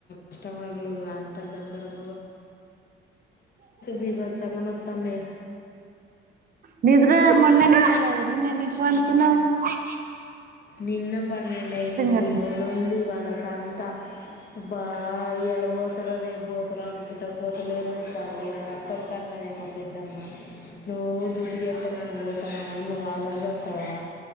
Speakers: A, on the left; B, on the right.
A: కస్టమర్లు అంత గందరం బీభత్సంగా నొత్తుంది
B: నద్ర మొన్న నిదల నిన్నెన్ని ఇట్కు అంతకున్నావవు ఆ
A: నిన్న పన్నెండు అయింది వీళ్ళ
B: కట్టు
A: లోంది వాళ సంత బా ఎల పోతార రేపు పోతార అనుకుంటా పోతలేరు పాలలేదు అప్పటికి కద మం పెద్దమ్మ నువ్వు డ్యూటీకిేస్తన్నా నువ్ పోతాన్నావా నువ్వుళ్ళ జావా